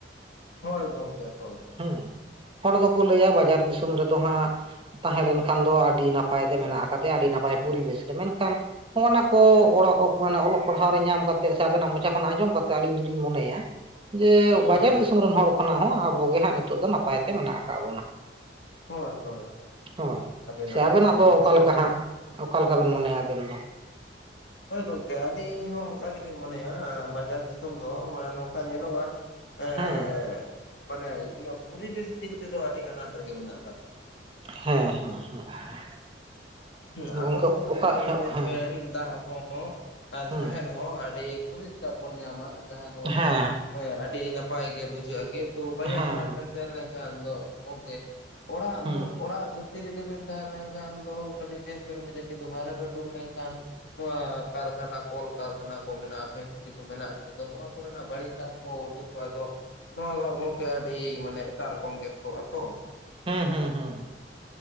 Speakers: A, on the left; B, on the right.
A: ᱦᱳᱭ ᱜᱚᱝᱠᱮ ᱦᱳᱭ᱾
B: ᱦᱩᱸ ᱦᱚᱲ ᱫᱚᱠᱚ ᱞᱟᱹᱭᱟ ᱵᱟᱡᱟᱨ ᱫᱤᱥᱚᱢ ᱨᱮᱫᱚ ᱦᱟᱸᱜ ᱛᱟᱦᱮᱸ ᱞᱮᱱᱠᱷᱟᱱ ᱫᱚ ᱟᱹᱰᱤ ᱱᱟᱯᱟᱭ ᱛᱮ ᱢᱮᱱᱟᱜ ᱟᱠᱟᱫᱮᱭᱟ ᱟᱹᱰᱤ ᱱᱟᱯᱟᱭ ᱯᱚᱨᱤᱵᱮᱥ ᱨᱮ ᱢᱮᱱᱠᱷᱟᱱ ᱦᱚᱸᱜ-ᱱᱟ ᱠᱚ ᱚᱲᱚᱜ ᱚᱯ ᱨᱮᱱᱟᱜ ᱚᱞᱚᱜ ᱯᱟᱲᱦᱟᱣ ᱨᱮ ᱧᱟᱢ ᱠᱟᱛᱮᱫ ᱥᱮ ᱟᱵᱮᱱᱟᱜ ᱢᱚᱪᱟ ᱠᱷᱚᱱ ᱟᱸᱡᱚᱢ ᱠᱟᱛᱮ ᱟᱹᱞᱤᱧ ᱫᱚᱞᱤᱧ ᱢᱚᱱᱮᱭᱟ ᱡᱮ ᱵᱟᱡᱟᱨ
A: ᱦᱳᱭ
B: ᱫᱤᱥᱚᱢ ᱨᱮᱱ ᱦᱚᱲ ᱠᱷᱚᱱᱟᱜ ᱦᱚᱸ ᱟᱵᱚᱜᱮ ᱦᱟᱸᱜ ᱱᱤᱛᱚᱜ ᱫᱚ ᱱᱟᱯᱟᱭ ᱛᱮ ᱢᱮᱱᱟᱜ ᱠᱟᱜ ᱵᱚᱱᱟ᱾
A: ᱦᱳᱭ ᱦᱳᱭ
B: ᱦᱳᱭ
A: ᱟᱹᱰᱤ
B: ᱥᱮ
A: ᱱᱟᱯᱟᱭ
B: ᱟᱵᱮᱱᱟᱜ
A: ᱜᱮ
B: ᱫᱚ
A: ᱱᱚᱣᱟ
B: ᱚᱠᱟ ᱞᱮᱠᱟ ᱦᱟᱸᱜ ᱚᱠᱟ ᱞᱮᱠᱟ ᱵᱮᱱ ᱢᱚᱱᱮᱭᱟ ᱟᱵᱮᱱ ᱫᱚ?
A: ᱦᱳᱭ ᱜᱚᱝᱠᱮ ᱟᱹᱞᱤᱧ ᱦᱚᱸ ᱚᱱᱠᱟ ᱜᱮᱞᱤᱧ ᱢᱚᱱᱮᱭᱟ ᱵᱟᱡᱟᱨ ᱫᱤᱥᱚᱢ ᱫᱚ ᱢᱟᱱᱮ ᱱᱚᱝᱠᱟ ᱧᱮᱞᱚᱜ-ᱟ, ᱮᱸᱜ
B: ᱦᱮᱸ
A: ᱢᱟᱱᱮ ᱱᱚᱣᱟ ᱯᱚᱨᱤᱵᱮᱥ ᱤᱫᱤ ᱠᱟᱛᱮᱫ ᱫᱚ ᱟᱹᱰᱤ ᱟᱱᱟᱴ ᱨᱮᱜᱮ ᱢᱮᱱᱟᱜ ᱠᱟᱫ
B: ᱦᱮᱸ ᱦᱮᱸ ᱦᱮᱸ ᱦᱮᱸ᱾
A: ᱦᱩᱸ ᱟᱵᱚ
B: ᱜᱚᱝᱠᱮ
A: ᱫᱚ ᱱᱚᱜᱼᱚᱭ
B: ᱚᱠᱟ
A: ᱧᱮᱞᱵᱱ
B: ᱦᱮᱸ
A: ᱫᱟᱜ ᱦᱚᱸ ᱦᱚᱸ ᱟᱨ
B: ᱦᱩᱸ
A: ᱥᱟᱦᱮᱫ ᱦᱚᱸ ᱟᱹᱰᱤ ᱯᱚᱨᱤᱥᱠᱟᱨ ᱵᱚᱱ ᱧᱟᱢᱟ ᱡᱟᱦᱟᱸ ᱫᱚ
B: ᱦᱮᱸ
A: ᱦᱮᱸ ᱟᱹᱰᱤ ᱱᱟᱯᱟᱭ ᱜᱮ ᱵᱩᱡᱷᱟᱹᱜᱼᱟ ᱠᱤᱱᱛᱩ ᱵᱟᱡᱟᱨ
B: ᱦᱮᱸ ᱦᱮᱸ
A: ᱥᱟᱦᱟᱨ ᱵᱮᱱ ᱥᱮᱱ ᱞᱮᱱᱠᱷᱟᱱ ᱫᱚ ᱜᱚᱝᱠᱮ ᱚᱲᱟᱜ
B: ᱦᱩᱸ
A: ᱚᱲᱟᱜ ᱵᱷᱤᱛᱤᱨ ᱨᱮᱜᱮᱵᱤᱱ ᱛᱟᱦᱮᱸ ᱞᱮᱱᱠᱷᱟᱱ ᱫᱚ ᱟᱹᱰᱤ ᱵᱮᱥ ᱵᱤᱱ ᱵᱩᱡᱟ <unintelligible> ᱱᱚᱣᱟ ᱠᱟᱨᱠᱷᱟᱱᱟ ᱠᱚᱞᱠᱟᱨᱠᱷᱟᱱᱟ ᱠᱚ ᱢᱮᱱᱟᱜᱼᱟ ᱯᱷᱮᱴᱨᱤ ᱠᱚ ᱢᱮᱱᱟᱜ ᱠᱟᱫᱟ ᱟ ᱱᱚᱣᱟ ᱠᱚᱨᱮᱱᱟᱜ ᱵᱟᱹᱲᱤᱡ ᱫᱟᱜ ᱠᱚ ᱩᱰᱩᱠᱚᱜᱼᱟ ᱟᱫᱚ ᱱᱚᱣᱟ ᱫᱚ ᱜᱚᱝᱠᱮ ᱟᱹᱰᱤ ᱢᱟᱱᱮ ᱮᱴᱟᱜ ᱨᱚᱠᱚᱢ ᱜᱮᱥ ᱠᱚᱚᱜᱼᱟ ᱛᱚ,
B: ᱦᱮᱸ ᱦᱮᱸ ᱦᱮᱸ ᱦᱮᱸ᱾